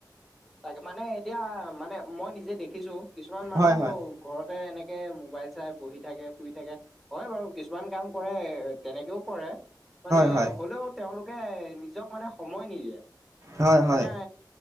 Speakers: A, in the centre; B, on the right.
A: তাকে মানে এতিয়া মানে মই নিজে দেখিছো কিছুমান মানুহ
B: হয় হয়
A: ঘৰতে এনেকে মোবাইল চাই বহি থাকে শুই থাকে হয় বাৰু কিছুমান কাম কৰে তেনেকেও কৰে মানে
B: হয়
A: হ'লেও তেওঁলোকে নিজক মানে সময় নিদিয়ে
B: হয়
A: আ
B: হয়
A: মানে